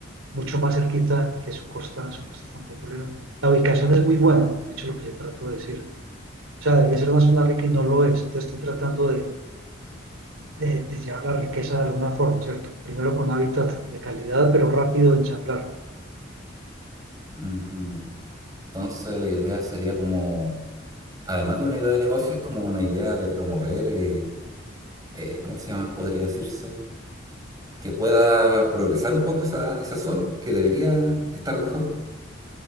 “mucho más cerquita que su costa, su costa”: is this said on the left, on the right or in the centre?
Right